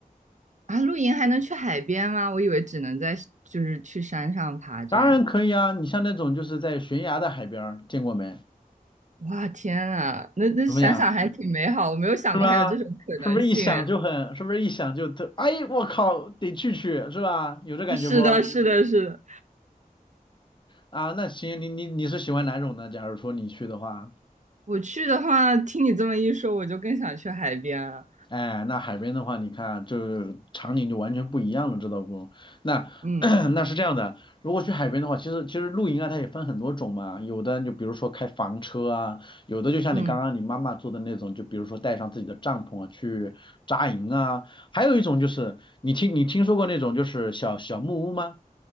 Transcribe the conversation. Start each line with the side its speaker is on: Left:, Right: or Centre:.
Right: 啊，露营还能去海边吗？我以为只能在就是去山上爬这样。
Left: 当然可以啊，你像那种就是在悬崖的海边儿见过没？
Right: 哇，天啊，那那想想还挺美好，
Left: 怎么样？
Right: 我没有想过还有这种可能性诶
Left: 是吧？是不是一想就很，是不是一想就特，哎，我靠，得去去，是吧？有这感觉不？
Right: 是的，是的，是的。
Left: 啊，那行，你你你是喜欢哪种呢？假如说你去的话。
Right: 我去的话，听你这么一说，我就更想去海边了。
Left: 哎，那海边的话，你看，就是场景就完全不一样了，知道不？那
Right: 嗯
Left: <clears throat> 那是这样的，如果去海边的话，其实其实露营啊，它也分很多种嘛，有的就比如说开房车啊，有的就像你刚刚你妈妈做的那种，
Right: 嗯。
Left: 就比如说带上自己的帐篷啊去扎营啊，还有一种就是你听你听说过那种就是小小木屋吗？